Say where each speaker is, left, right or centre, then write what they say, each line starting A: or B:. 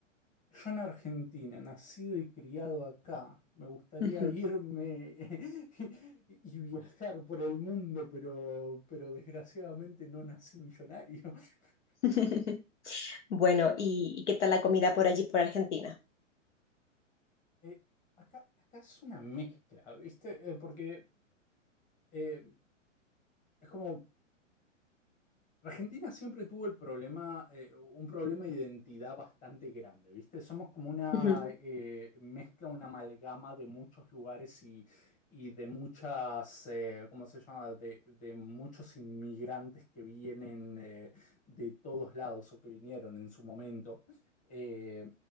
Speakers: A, on the left (about 20°); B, on the left (about 65°).
A: Yo en Argentina, nacido y criado acá, me gustaría
B: Ujú.
A: irme <laughs> y y viajar por el mundo, pero, pero desgraciadamente no nací millonario. <laughs>
B: <laughs> Bueno, ¿y, y qué tal la comida por allí, por Argentina?
A: Eh, acá, acá es una mezcla, ¿viste? Eh, porque eh, es como Argentina siempre tuvo el problema, eh, un problema de identidad bastante grande, ¿viste? Somos como una
B: Ujú,
A: eh, mezcla, una amalgama de muchos lugares y, y de muchas, eh, ¿cómo se llama? De, de muchos inmigrantes que vienen eh, de todos lados o que vinieron en su momento. Eh,